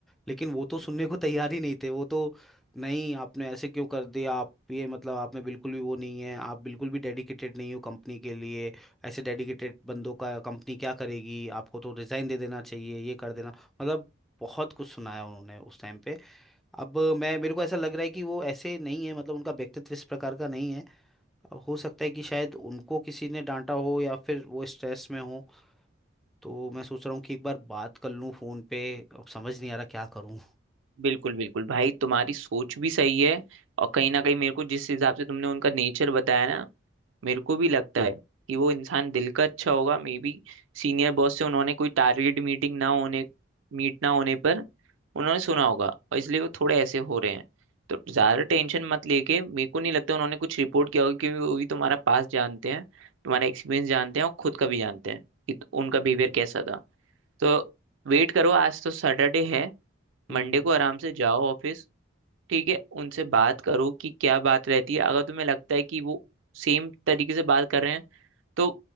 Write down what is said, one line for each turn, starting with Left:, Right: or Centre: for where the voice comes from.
Centre: लेकिन वो तो सुनने को तैयार ही नहीं थे वो तो नहीं आपने ऐसे क्यों कर दिया आप ये मतलब आप में बिल्कुल भी वो नहीं है आप बिल्कुल भी डेडिकेटेड नहीं हो कंपनी के लिए ऐसे डेडिकेटेड बंदों का कंपनी क्या करेगी आपको तो रिजाइन दे देना चाहिए ये कर देना मतलब बहुत कुछ सुनाया उन्होंने उस टाइम पे अब मैं मेरे को ऐसा लग रहा है कि वो ऐसे नहीं है मतलब उनका व्यक्तित्व इस प्रकार का नहीं है अब हो सकता है कि शायद उनको किसी ने डांटा हो या फिर वो स्ट्रेस में हो तो मैं सोच रहा हूँ कि एक बार बात कर लूँ फोन पे अब समझ नहीं आ रहा क्या करूँ
Right: बिल्कुल बिल्कुल भाई तुम्हारी सोच भी सही है और कहीं ना कहीं मेरे को जिस हिसाब से तुमने उनका नेचर बताया ना मेरे को भी लगता है कि वो इंसान दिल का अच्छा होगा मे बी सीनियर बॉस से उन्होंने कोई टारगेट मीटिंग ना होने मीट ना होने पर उन्होंने सुना होगा और इसलिए वो थोड़े ऐसे हो रहे हैं तो ज्यादा टेंशन मत लेके मेरे को नहीं लगता उन्होंने कुछ रिपोर्ट किया होगा क्योंकि वो भी तुम्हारा पास जानते हैं तुम्हारा एक्सपीरियंस जानते हैं और खुद का भी जानते हैं कि उनका बिहेवियर कैसा था तो वेट करो आज तो सैटरडे है
Centre: हम्म
Right: मंडे को आराम से जाओ ऑफिस ठीक है उनसे बात करो कि क्या बात रहती है अगर तुम्हें लगता है कि वो सेम तरीके से बात कर रहे हैं तो